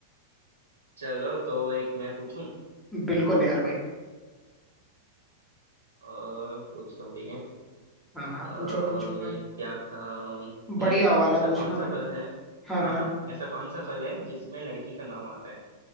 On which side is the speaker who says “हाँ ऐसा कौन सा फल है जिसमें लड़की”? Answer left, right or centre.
Right